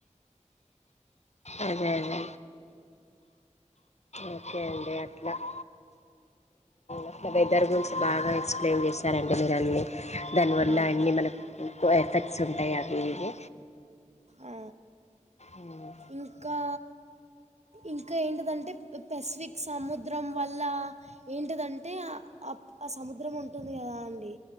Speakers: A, on the left (about 60°); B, on the right (about 60°).
A: అదే అదే ఓకే అండి అట్లా <unintelligible> అట్లా వెదర్ గురించి బాగా ఎక్స్ప్లెయిన్ చేశారండి మీరు అన్నీ దానివల్ల
B: ఆ,
A: అన్నీ మనకు కువ ఎఫెక్ట్స్ ఉంటాయి అవి ఇవి
B: ఆ
A: ఉమ్మ్
B: ఇంకా ఇంకా ఏంటిదంటే పెసిఫిక్ సముద్రం వల్ల ఏంటిదంటే ఆ అప్ అ సముద్రం ఉం టది కదండి